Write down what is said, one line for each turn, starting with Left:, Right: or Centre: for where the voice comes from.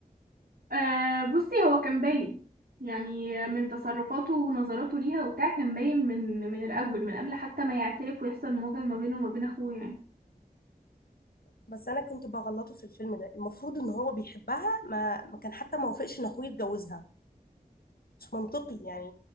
Right: آه بصي هو كان باين يعني من تصرفاته ونظراته ليها وبتاع كان باين من من الأول من قبل حتى ما يعترف ويحصل مواجهة ما بينه وما بين أخوه يعني
Left: بس انا كنت بغلطه في الفيلم ده المفروض ان هو بيحبها ما, ما كان حتى ما وافقش ان اخوه يتجوزها مش منطقي يعني